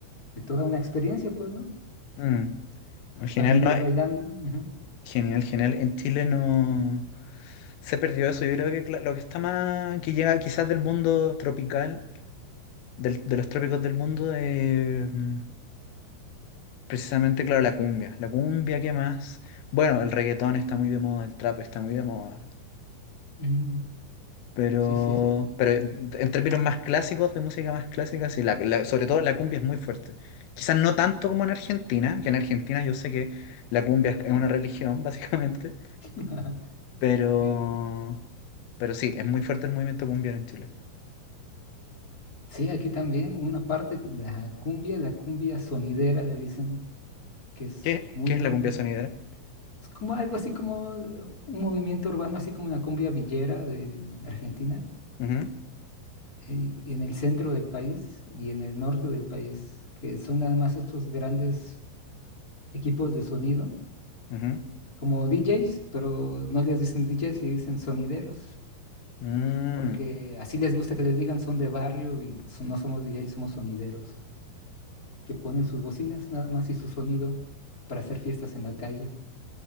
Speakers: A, on the left; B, on the left.
A: de toda una experiencia, pues, ¿no?
B: Mm. Genial,
A: Familias
B: no,
A: bailando. ujú.
B: genial, genial. En Chile no se perdió eso. Yo creo que cla- lo que está más, que llega quizás del mundo tropical del- de los trópicos del mundo, de, mm, precisamente, claro, la cumbia. La cumbia, ¿qué más? Bueno, el reggaetón está muy de moda, el trap está muy de moda.
A: Mm,
B: Pero,
A: Sí, sí, sí.
B: pero mm, en términos más clásicos, de música más clásica, sí, la- la- sobre todo la cumbia es muy fuerte. Quizás no tanto como en Argentina, que en Argentina yo sé que la cumbia es una religión, <laughs> básicamente,
A: <laughs>
B: pero,
A: Sí.
B: pero sí, es muy fuerte el movimiento cumbiero en Chile.
A: Sí, aquí también una parte, la cumbia, la cumbia sonidera le dicen, que es
B: ¿Qué,
A: muy,
B: qué es
A: un-
B: la cumbia sonidera?
A: es como algo así como un movimiento urbano, así como la cumbia villera de Argentina,
B: Ujú,
A: eh, en el centro del país y en el norte del país, que son nada más estos grandes equipos de sonido,
B: ujú.
A: como DJs, pero no les dicen DJs, le dicen sonideros,
B: Mm.
A: porque así les gusta que les digan son de barrio y son- no somos DJs, somos sonideros, que ponen sus bocinas nada más y su sonido para hacer fiestas en la calle.